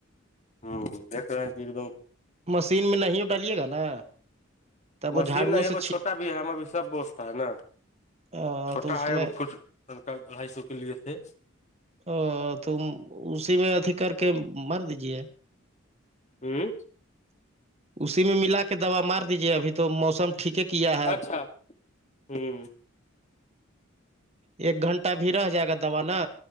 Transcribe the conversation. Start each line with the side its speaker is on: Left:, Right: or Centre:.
Left: ہاں دیکھ رہے ہیں کہ ایک دم
Right: مشین میں نہیں ڈالیے گا نا تب
Left: مشین
Right: وہ جھاڑوؤں
Left: نہیں
Right: سے چھ-
Left: چھوٹا بھی ہے ہمیں بھی سب بستتا ہے نا
Right: آ،
Left: چھوٹا
Right: تو اس
Left: ہے
Right: میں
Left: ا فٹ شن کار اڑھائی سو کے لیے تھے
Right: او تو اسی میں اھی کر کے مار دیجیے
Left: ہوں
Right: اسی میں ملا کے دوا مار دیجے ابھی تو موسم ٹھیک ہے کیا ہے
Left: اچھا ہوں
Right: ایک گھنٹہ بھی رہ جائے گا دوب نا